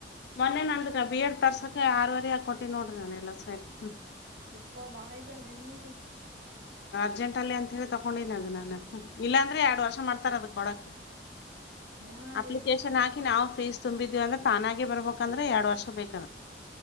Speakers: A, on the left; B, on the right.
A: ಮೊನ್ನೆ ನಂದಕ ಬಿ ಎಡ್ ತರ್ಸಕ ಆರವರೆ ಆಾ ಕೊಟ್ಟಿ ನೋಡ್ರಿ ನಾನ ಎಲ್ಲಾ ಸರಿ ಹ್ಮ
B: ಎಪ್ಪ ಭಾಳ ಐತಲ್ರಿ ಮೇಡಮ್್ರೀ
A: ಅರ್ಜೆಂಟ್ ಅಲ್ಲಿ ಅಂತ ಹೇಳಿ ತಕೊಂಡಿನನ ಅದು ನಾ ಇಲ್ಲಾಂದ್ರೆ ಎರಡ್ ವರ್ಷ ಮಾಡ್ತಾರ ಅದಕ್ ಕೊಡಕ್
B: ಹಾ
A: ಅಪ್ಲಿಕೇಶನ್
B: ರೀ
A: ಹಾಕಿ ನಾವು ಫೀಸ್ ತುಂಬಿದೀವಿ ಅಂದ್ರೆ ತಾನ ಬಂದ್ರೆ ಎರಡು ವರ್ಷ ಬೇಕ